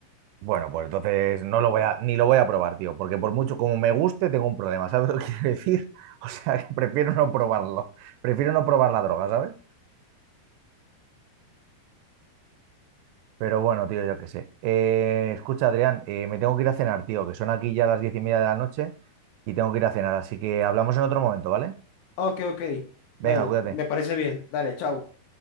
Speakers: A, on the right; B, on the left.
A: Bueno, pues entonces no lo voy a, ni lo voy a probar, tío, porque por mucho como me guste, tengo un problema, ¿sabes lo que quiero decir? <laughs> O sea, que prefiero no probarlo, prefiero no probar la droga, ¿sabes? Pero bueno, tío, yo qué sé. Eh, escucha, Adrián, eh, me tengo que ir a cenar, tío, que son aquí ya las diez y media de la noche y tengo que ir a cenar, así que hablamos en otro momento, ¿vale?
B: Ok, ok.
A: Venga,
B: Bueno,
A: cuídate.
B: me parece bien. Dale, chao.